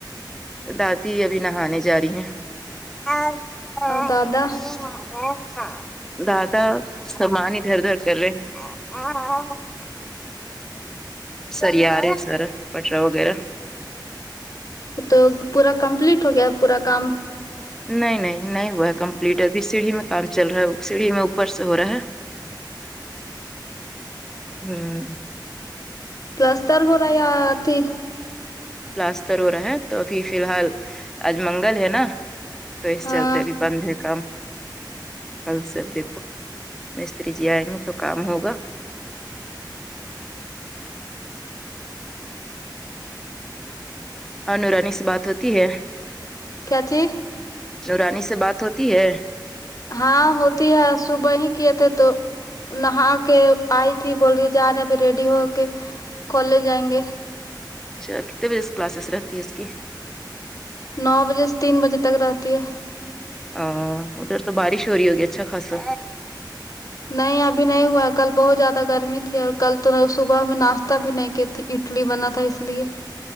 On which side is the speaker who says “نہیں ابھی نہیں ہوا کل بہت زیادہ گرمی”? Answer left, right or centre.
Left